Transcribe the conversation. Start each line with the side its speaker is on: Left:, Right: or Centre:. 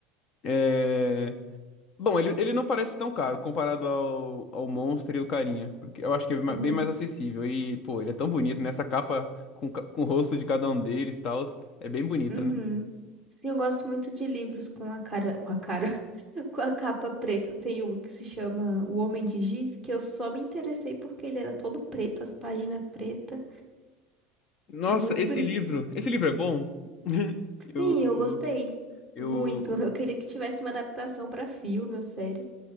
Left: É. Bom, ele, ele não parece tão caro comparado ao, ao Monster e o Carinha. Porque eu acho que é ma-
Centre: uhum,
Left: bem mais acessível. E, pô, ele é tão bonito, né? Essa capa com, ca- com o rosto de cada um deles e tal. É bem bonita,
Centre: uhum.
Left: né?
Centre: Sim, Eu gosto muito de livros com a cara, com a cara, <laughs> com a capa preta. Eu tenho um que se chama O Homem de Giz, que eu só me interessei porque ele era todo preto, as páginas pretas.
Left: Nossa,
Centre: Muito
Left: esse
Centre: bonito.
Left: livro. Esse livro é bom? <laughs> Eu,
Centre: Sim, eu gostei
Left: eu,
Centre: muito. <laughs> Eu queria que tivesse uma adaptação pra filme ou série.